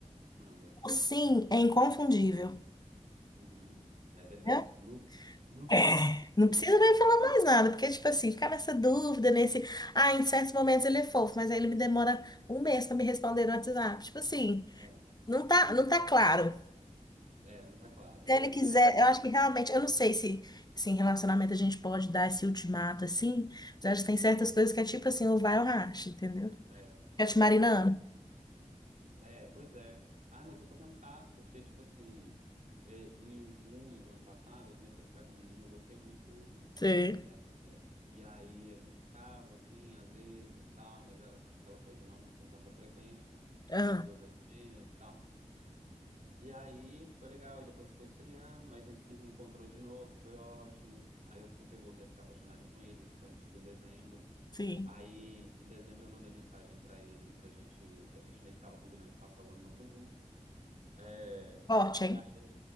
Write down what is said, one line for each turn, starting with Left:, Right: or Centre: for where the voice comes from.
Right: manda.
Left: O sim é inconfundível,
Right: Uhum, é verdade.
Left: né?
Right: Nu, nu.
Left: É. Não
Right: Hum,
Left: precisa nem falar
Right: ah,
Left: mais nada, porque, tipo assim, ficar nessa dúvida, nesse. Ah, em certos momentos ele é fofo, mas aí ele me demora um mês para me responder no WhatsApp. Tipo assim,
Right: É.
Left: não tá,
Right: Uhum.
Left: não tá claro.
Right: É, não tá claro.
Left: Se ele
Right: Eu não
Left: quiser,
Right: quero também.
Left: eu acho que realmente, eu não sei se, se em relacionamento a gente pode dar esse ultimato assim, mas eu acho que tem certas coisas que é tipo assim, ou vai ou racha, entendeu?
Right: É.
Left: Fica te marinando.
Right: Mas- é, pois é. Ai, mas eu tô cansado, porque, tipo assim, é, em junho do ano passado, eu comecei a ficar com o menino e eu gostei muito dele.
Left: sim
Right: É, e aí a gente ficava, assim, às vezes e tal, mas era aquela coisa não com tanta frequência, tipo,
Left: Ah,
Right: duas vezes por mês e tal. E aí foi legal, e depois foi esfriando, aí a gente se encontrou de novo, e foi ótimo. Aí eu super voltei a ficar apaixonadinho com ele, isso foi, tipo, em dezembro.
Left: sim.
Right: Aí, em dezembro, eu mandei mensagem pra ele, pra gente. A gente meio que tava combinando de passar o ano novo junto. É,
Left: Forte,
Right: e
Left: hein?
Right: aí,